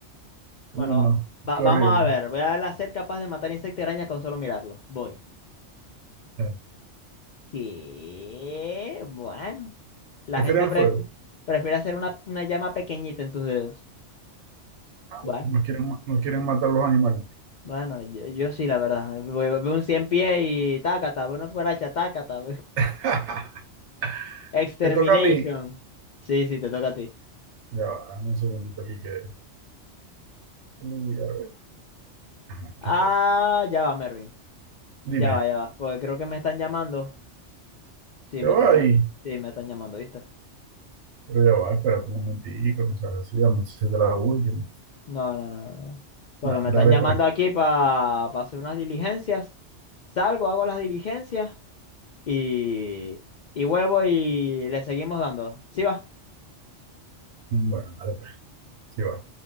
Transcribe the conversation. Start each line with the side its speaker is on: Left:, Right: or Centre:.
Left: Bueno,
Right: Uy, no,
Left: va-
Right: qué
Left: vamos
Right: horrible.
Left: a ver. Voy a ser capaz de matar insectos y arañas con solo mirarlo. Voy.
Right: Eh,
Left: ¿Qué? Bueno. La
Right: Prefieren
Left: gente prefi-
Right: fuego.
Left: prefiere hacer una, una llama pequeñita en tus dedos.
Right: Ah,
Left: Bueno,
Right: bueno, no quieren, ma- no quieren matar los animales.
Left: bueno, yo, yo sí, la verdad. Veo veo un 100 pies y tácata, veo una cucaracha, tácata. <laughs> ve-
Right: <laughs>
Left: Extermination.
Right: Me toca a mí.
Left: Sí, sí, te toca a ti.
Right: Ya va, dame un segundito aquí que. Uy, a ver. Ajá, aquí
Left: Ah,
Right: estoy.
Left: ya va, Mervin.
Right: Dime,
Left: Ya va, ya va. Porque creo que me están llamando. Sí,
Right: te
Left: me
Right: va
Left: están llamando.
Right: ahí.
Left: Sí, me están llamando, ¿viste?
Right: Pero ya va, espérate un momentico, no seas así, dame si te la última.
Left: No, no, no, no. Porque
Right: Da-
Left: me
Right: dale
Left: están llamando
Right: pues.
Left: aquí para hacer unas diligencias. Salgo, hago las diligencias y, y vuelvo y le seguimos dando. ¿Sí va?
Right: Bueno, dale pues. Sí va.